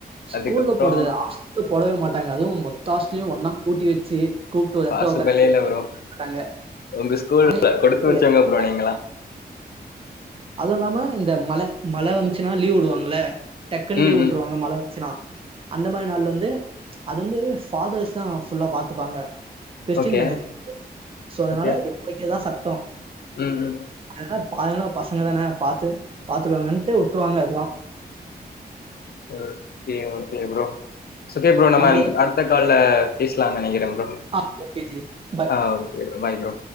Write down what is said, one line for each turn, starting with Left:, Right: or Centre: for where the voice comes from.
Right: ஸ்கூல்ல
Left: அதுக்கப்புறம்
Right: போடது ஹாஸ் <unintelligible> போடவே மாட்டாங்க அதுவு மொத்த ஆஸ்ட்லயு ஒன்னா கூட்டி வச்சி கூப்ட்டு ஒரு எடத்துல
Left: பாசிபிளே
Right: உக்கார வெச்சிருபாங்க
Left: இல்ல ப்ரோ. உங்க ஸ்கூல்ல
Right: ஆனா எங் <unintelligible>
Left: கொடுத்து வச்சவங்க ப்ரோ நீங்கலாம்.
Right: அதுவு இல்லாம இந்த மழ மழ வந்துச்சுனா லீவ் உடுவாங்கல டக்குன்
Left: ம்,
Right: லீவ் உட்ருவாங்க
Left: ம்.
Right: மழ வந்துச்சுனா அந்த மாரி நாள்ல வந்து அது வந்து ஃபாதர்ஸ்தா ஃபுல்லா பாத்துப்பாங்க Christian
Left: okay,
Right: manage manned so அதனால
Left: ஓகே.
Right: இவங்க வெக்குரதுதா சட்டோ
Left: ம், ம்.
Right: அதனால அதனால பசங்க தான பாத்து பாத்துக்கோங்கன்ட்டு உட்ருவாங்க அதுவு
Left: ஓக்கே ஓக்கே ப்ரோ <unintelligible> நம்ம
Right: அதுக்கேத்த
Left: நா அடுத்த கால்ல பேசலானு நெனைக்கிறம் ப்ரோ
Right: ஆ ஓக்கே ஜி பாய்
Left: ஆ ஓகே பாய் ப்ரோ